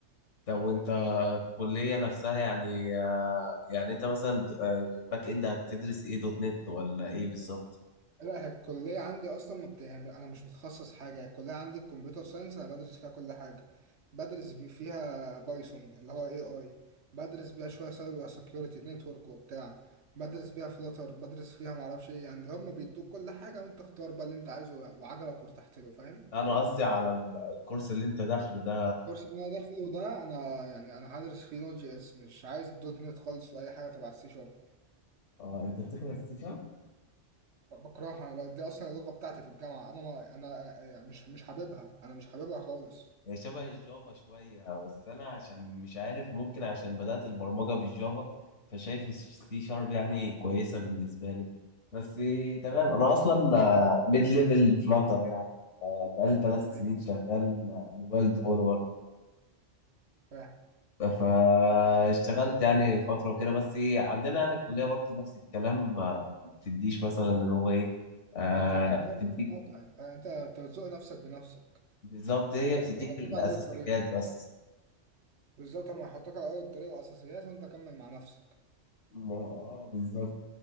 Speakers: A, on the left; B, on the right.
A: طب وانت الكليه نفسها يعني آه يعني انت مثلا آه، الباك اند هتدرس ايه دوت نت ولا ايه بالظبط
B: لا هي الكلية عندي أصلا ما بت... يعني أنا مش متخصص حاجة هي الكلية عندي الكمبيوتر ساينس أنا بدرس فيها كل حاجة بدرس بي- فيها بايثون اللي هو اي اي بدرس بيها شوية سايبر سكيورتي نتورك وبتاع بدرس بيها فلاتر بدرس فيها معرفش ايه يعني هما بيدوك كل حاجة وانت اختار بقى اللي انت عايزه وعجبك وارتحت له فاهم
A: انا قصدي على الكورس اللي انت داخله ده
B: الكورس اللي انا داخله ده انا يعني انا هدرس فيه نوت جي اس مش عايز دوت نت خالص واي حاجة تبع السي شارب
A: اه انت بتدرس سي
B: بكرهها انا بقى- دي اصلا اللغة بتاعتي في الجامعة انا ما انا يعني مش مش حاببها انا مش حاببها خالص
A: هي شبه الجافا شوية بس أنا عشان مش عارف ممكن عشان بدأت البرمجة في الجافا فشايف السي شارب يعني كويسة بالنسبة لي بس تمام أنا أصلا ميد ليفل فلاتر يعني بقالي ثلاث
B: أيوة،
A: سنين شغال موبايل ديفولور
B: فاهم
A: فاشتغلت يعني فترة وكده بس عندنا يعني الكلية برضه نفس الكلام ما بتديش مثلا اللي هو إيه آه
B: ما بتديش مجال
A: بتديك
B: كل حاجة يعني انت انت أنت بتزوق نفسك بنفسك
A: بالظبط هي
B: هما بس
A: بتديك
B: بيحطوك
A: الأساسيات
B: على اول الطريق بس
A: بس
B: بالظبط هما يحطوك على اول الطريق والاساسيات وانت كمل مع نفسك
A: ما آه، بالظبط